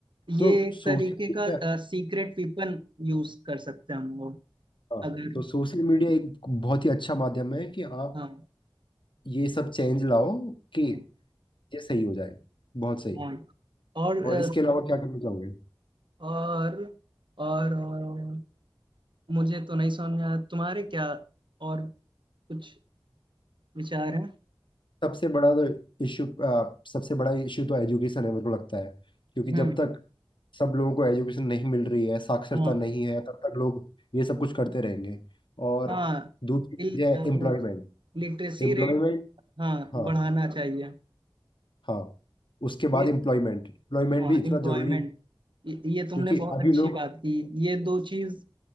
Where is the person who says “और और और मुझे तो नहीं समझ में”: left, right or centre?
Right